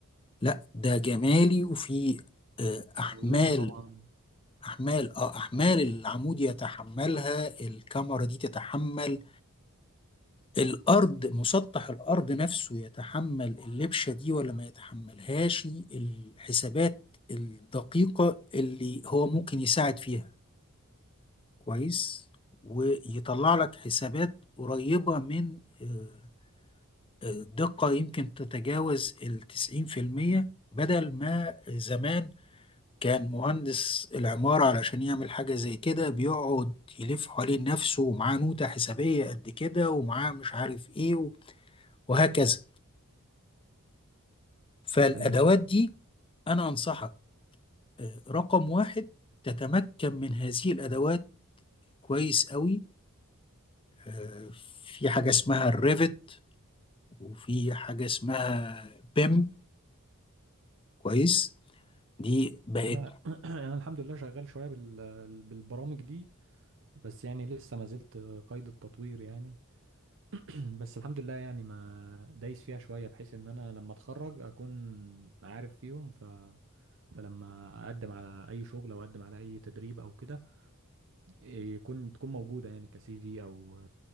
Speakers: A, on the left (about 25°); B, on the right (about 60°).
A: لا ده جمالي وفي آه، احمال
B: وظيفي طبعا
A: احمال اه احمال العمود يتحملها الكاميرا دي تتحمل الارض مسطح الارض نفسه يتحمل اللبشة دي ولا ما يتحملهاش الحسابات الدقيقة اللي هو ممكن يساعد فيها كويس ويطلع لك حسابات قريبة من آه، آه، دقة يمكن تتجاوز التسعين في المية بدل ما زمان كان مهندس العمارة علشان يعمل حاجة زي كده بيقعد يلف حوالين نفسه ومعاه نوتة حسابية قد كده ومعاه مش عارف ايه و- وهكذا فالأدوات
B: ايوه
A: دي أنا أنصحك آه، رقم واحد تتمكن من هذه الأدوات كويس قوي آه، في حاجة اسمها الريفت وفي حاجة اسمها بيم كويس دي بقت
B: انا <clears throat> انا الحمد لله شغال شويه بال... بالبرامج دي بس يعني لسه ما زلت قيد التطوير يعني <clears throat> بس الحمد لله يعني ما دايس فيها شوية بحيث ان انا لما اتخرج اكون عارف فيهم ف فلما اقدم على اي شغل او اقدم على اي تدريب او كده يكون تكون موجودة يعني كسي في او